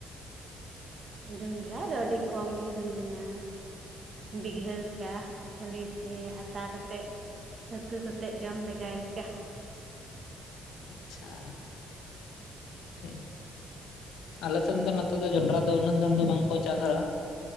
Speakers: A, on the right; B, on the left.
A: ᱡᱚᱸᱰᱨᱟ ᱫᱚ ᱟᱹᱰᱤ ᱠᱚᱢ ᱜᱮ ᱦᱩᱭ ᱞᱮᱱᱟ᱾ ᱵᱤᱜᱷᱟᱹ ᱞᱮᱠᱟ ᱠᱷᱟᱹᱞᱤ ᱟᱛᱟ ᱠᱟᱛᱮᱫ ᱥᱟᱹᱛᱩ ᱠᱟᱛᱮᱫ ᱡᱚᱢ ᱞᱮᱜᱟᱭ ᱞᱮᱠᱟ
B: ᱟᱪᱪᱷᱟᱻ ᱴᱷᱤᱠ ᱟᱞᱮ ᱥᱮᱱ ᱫᱚ ᱱᱚᱛᱮ ᱫᱚ ᱡᱚᱱᱰᱨᱟ ᱫᱚ ᱩᱱᱟᱹᱜ ᱜᱟᱱ ᱫᱚ ᱵᱟᱝᱠᱚ ᱪᱟᱥᱼᱟ